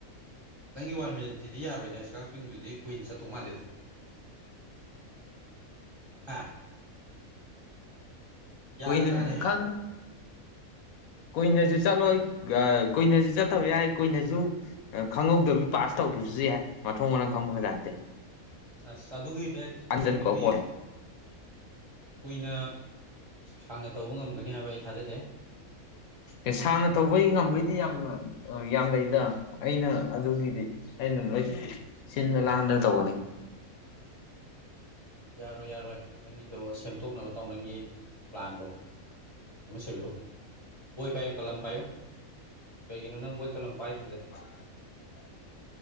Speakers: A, on the right; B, on the left.
A: ꯅꯪꯒꯤ ꯋꯥꯟ ꯃꯤꯅꯤꯠꯇꯨꯗꯤ ꯌꯥꯔꯣꯏꯗ ꯏꯁꯀꯥꯜ ꯄꯤꯡꯗꯨꯗꯤ ꯀꯨꯏꯅ ꯆꯠꯇꯧ ꯃꯥꯜꯗꯦꯗ ꯑꯥ
B: ꯀꯨꯏꯅ
A: ꯌꯥꯒꯗ꯭ꯔꯥꯅꯦ
B: ꯈꯪ ꯀꯨꯏꯅꯁꯨ ꯆꯠꯂꯣꯏ ꯀꯨꯏꯅꯁꯨ ꯆꯠꯇꯕ ꯌꯥꯏ ꯀꯨꯏꯅꯁꯨ ꯈꯪꯍꯧꯗꯕꯤ ꯄꯥꯁ ꯇꯧꯈꯤꯕꯁꯨ ꯌꯥꯏ ꯃꯊꯣꯡ ꯃꯔꯝ ꯈꯪꯕꯖꯥꯠ ꯅꯠꯇꯦ
A: ꯑꯁ ꯑꯗꯨꯒꯤ ꯇ꯭ꯔꯦꯠ ꯈꯨꯆꯪꯗꯨꯗꯤ
B: ꯑꯟꯗ ꯀꯧ ꯄꯣꯔꯦ
A: ꯀꯨꯏꯅ ꯁꯥꯡꯅ ꯇꯧꯕ ꯉꯝꯒꯅꯤ ꯍꯥꯏꯕ ꯑꯩ ꯊꯥꯖꯗꯦ
B: ꯑꯦ ꯁꯥꯡꯅ ꯇꯧꯕꯩ ꯉꯝꯕꯩꯗꯤ ꯌꯥꯝꯅ ꯑ ꯌꯥꯝ ꯂꯩꯗ ꯑꯩꯅ ꯑꯗꯨꯒꯤꯗꯤ ꯑꯩꯅ ꯂꯣꯏ ꯁꯤꯜꯗ ꯂꯥꯡꯗꯅ ꯇꯧꯒꯅꯤ
A: ꯑꯁ ꯌꯥꯔꯣꯏ ꯌꯥꯔꯣꯏ ꯅꯪꯒꯤꯗꯣ ꯁꯦꯝꯗꯣꯛꯅꯕ ꯇꯧ ꯅꯪꯒꯤ ꯄ꯭ꯂꯥꯟꯗꯣ ꯑꯃ ꯁꯤꯜꯂꯨ ꯕꯣꯏ ꯄꯥꯏꯌꯣ ꯀꯂꯝ ꯄꯥꯏꯌꯣ ꯀꯩꯒꯤꯅꯣ ꯅꯪ ꯕꯣꯏ ꯀꯂꯝ ꯄꯥꯏꯗ꯭ꯔꯤꯗꯦ
B: <unintelligible>